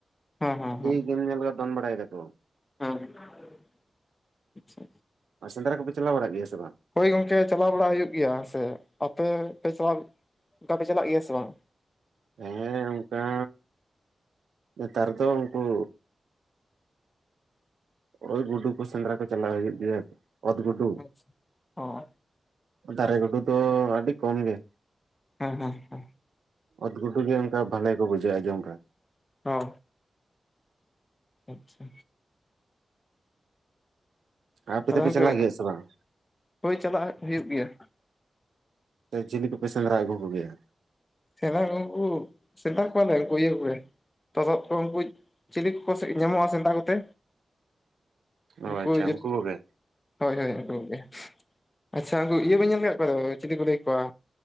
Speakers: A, on the left; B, on the right.
A: ᱦᱮᱸ ᱦᱮᱸ ᱦᱮᱸ
B: ᱮ ᱜᱮᱢ ᱧᱮᱞ ᱠᱚ ᱫᱚᱱ ᱵᱟᱲᱟᱭ ᱫᱟᱠᱚ <unintelligible>
A: ᱦᱮᱸ ᱟᱪᱪᱷᱟ
B: ᱥᱮᱫᱽᱨᱟ ᱠᱚᱯᱮ ᱪᱟᱞᱟᱣ ᱵᱟᱲᱟ ᱜᱮᱭᱟ ᱥᱮ ᱵᱟᱝ
A: ᱦᱳᱭ ᱜᱚᱝᱠᱮ ᱪᱟᱞᱟᱣ ᱵᱟᱲᱟ ᱦᱩᱭ ᱜᱩᱱᱝᱠᱮ ᱦᱩᱭᱩᱜ ᱜᱮᱭᱟ ᱥᱮ ᱟᱯᱮ ᱯᱮ ᱪᱟᱞᱟᱣ ᱚᱱᱠᱟᱯᱮ ᱪᱟᱞᱟᱜ ᱜᱮᱭᱟ ᱥᱮ ᱵᱟᱝ
B: ᱦᱮᱸ ᱚᱱᱠᱟ ᱱᱮᱛᱟᱨ ᱫᱚ ᱩᱱᱠᱩ ᱚᱛ ᱜᱩᱰᱩ ᱠᱚ ᱥᱮᱸᱫᱽᱨᱟ ᱠᱚ ᱪᱟᱞᱞᱟᱣ ᱦᱩᱭᱩᱜ ᱜᱮᱭᱟ ᱚᱛ ᱜᱩᱰᱩ᱾
A: ᱟᱪᱪᱷᱟ ᱚ
B: ᱫᱟᱨᱮ ᱜᱩᱰᱩ ᱫᱚ ᱟᱹᱰᱤ ᱠᱚᱢ ᱜᱮ
A: ᱦᱮ ᱦᱮ
B: ᱚᱫ ᱜᱩᱰᱩ ᱜᱮ ᱚᱱᱠᱟ ᱵᱷᱟᱞᱮ ᱠᱚ ᱵᱩᱡᱷᱟᱹᱜᱼᱟ ᱡᱚᱢ ᱨᱮ
A: ᱦᱚ ᱟᱪᱪᱷᱟ
B: ᱟᱯᱮ
A: ᱛᱟᱦᱚᱞᱮ
B: ᱫᱚᱯᱮ
A: ᱜᱚᱝᱠᱮ
B: ᱪᱟᱞᱟᱜ ᱜᱮᱭᱟ ᱥᱮ ᱵᱟᱝ
A: ᱦᱳᱭ ᱪᱟᱞᱟᱜ ᱦᱩᱭᱩᱜ ᱜᱮᱭᱟ᱾
B: ᱡᱮᱞᱤ ᱠᱚᱯᱮ ᱥᱮᱸᱫᱽᱨᱟ ᱟᱹᱜᱩ ᱠᱚᱜᱮᱭᱟ
A: ᱥᱮᱱᱟᱠᱩ ᱥᱮᱫ ᱠᱚᱣᱟᱞ ᱠᱚ ᱠᱚᱲᱮ ᱛᱚᱛᱚᱫ ᱠᱚ ᱩᱱᱠᱩ ᱪᱤᱞᱤ ᱠᱚ ᱧᱟᱢᱚᱜᱼᱟ ᱥᱮᱱᱫᱨᱟ ᱠᱚᱛᱮ
B: ᱚ
A: ᱩᱱᱠᱩ
B: ᱟᱪᱪᱷᱟ
A: ᱜᱮ
B: ᱠᱚᱜᱮ
A: ᱦᱳᱭ ᱦᱳᱭ ᱩᱱᱠᱩ ᱜᱮ ᱟᱪᱪᱷᱟ ᱩᱱᱠᱩ ᱤᱭᱟᱹ ᱵᱮᱱ ᱧᱮᱞ ᱟᱠᱟᱫ ᱠᱚᱣᱟᱫᱚ ᱪᱮᱫᱤ ᱠᱚ ᱞᱟᱹᱭ ᱠᱚᱣᱟ